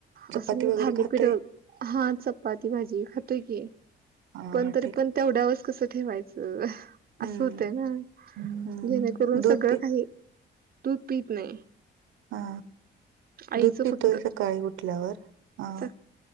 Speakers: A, on the right; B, on the right.
A: चपाती
B: असं म्हणजे
A: वगैरे
B: थालीपीठ,
A: खातोय
B: हा चपाती भाजी खातोय की.
A: हा
B: पण तरी
A: ठीक
B: पण तेवढ्यावरच कसं ठेवायचं
A: हम्म
B: असं होतय ना.
A: हम्म
B: जेणेकरून
A: दूध
B: सगळं
A: पी
B: काही दूध पीत नाही.
A: हा
B: आईचं
A: दूध पितोय
B: फक्त
A: सकाळी उठल्यावर हा.
B: स